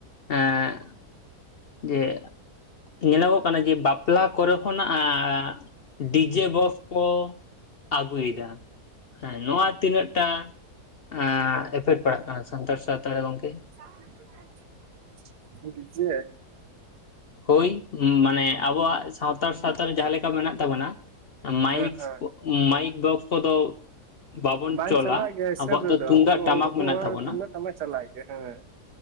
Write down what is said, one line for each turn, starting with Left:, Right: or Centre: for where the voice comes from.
Left: ᱮᱸᱜ ᱡᱮ ᱧᱮᱞᱚᱜᱚᱜ ᱠᱟᱱᱟ ᱡᱮ ᱵᱟᱯᱞᱟ ᱠᱚᱨᱮ ᱠᱷᱚᱱᱟᱜ ᱟᱸ ᱰᱤᱡᱮ ᱵᱚᱠᱥ ᱠᱚ ᱟᱜᱩᱭᱩᱭᱮᱫᱟ᱾ ᱦᱮᱸ ᱱᱚᱣᱟ ᱛᱤᱱᱟᱹᱜ ᱴᱟ ᱟᱸ ᱮᱯᱷᱮᱠᱴ ᱯᱟᱲᱟᱜ ᱠᱟᱱᱟ ᱥᱟᱱᱛᱟᱲ ᱥᱟᱶᱛᱟ ᱨᱮ ᱜᱚᱝᱠᱮ?
Right: <unintelligible>
Left: ᱦᱳᱭ ᱢᱟᱱᱮ ᱟᱵᱚᱣᱟᱜ ᱥᱟᱶᱛᱟᱲ ᱥᱟᱶᱛᱟᱨᱮ ᱡᱟᱦᱟᱸ ᱞᱮᱠᱟ ᱢᱮᱱᱟᱜ ᱛᱟᱵᱚᱱᱟ
Right: ᱦᱮᱸ
Left: ᱢᱟᱭᱤᱠᱥ
Right: ᱦᱮᱸ
Left: ᱢᱟᱭᱤᱠ ᱵᱚᱠᱥ ᱠᱚᱫᱚ ᱵᱟᱵᱚᱱ
Right: ᱵᱟᱝᱧ
Left: ᱪᱚᱞᱟ
Right: ᱪᱟᱞᱟᱜ ᱜᱮᱭᱟ ᱦᱤᱥᱟᱹᱵ
Left: ᱟᱵᱚᱣᱟᱜ
Right: ᱨᱮᱫᱚ᱾
Left: ᱫᱚ ᱛᱩᱢᱫᱟᱜ
Right: ᱟᱵᱚ
Left: ᱴᱟᱢᱟᱠ
Right: ᱟᱵᱚ
Left: ᱢᱮᱱᱟᱜ
Right: ᱦᱚᱲᱟᱜ
Left: ᱛᱟᱵᱚᱱᱟ
Right: ᱛᱩᱢᱫᱟᱹᱜ ᱴᱟᱢᱟᱠ ᱪᱟᱞᱟᱜ ᱜᱮᱭᱟ ᱦᱮᱸ᱾